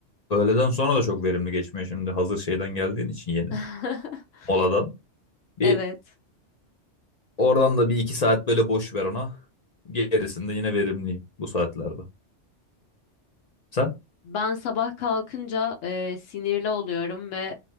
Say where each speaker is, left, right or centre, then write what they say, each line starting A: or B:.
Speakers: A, on the left (about 40°); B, on the left (about 85°).
A: Öğleden sonra da çok verimli geçmiyor şimdi hazır şeyden geldiğin için yeni
B: <laughs>
A: moladan. Bir
B: Evet.
A: oradan da bir iki saat böyle boş ver ona. Gerisinde yine verimliyim bu saatlerde. Sen?
B: Ben sabah kalkınca e, sinirli oluyorum ve